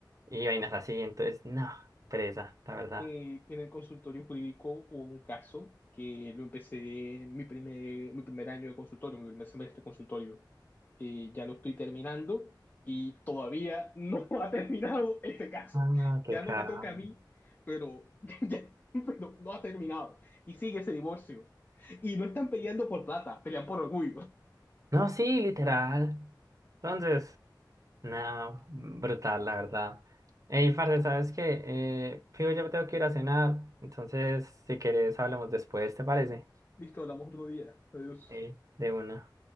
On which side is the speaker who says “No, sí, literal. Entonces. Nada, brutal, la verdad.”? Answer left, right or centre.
Right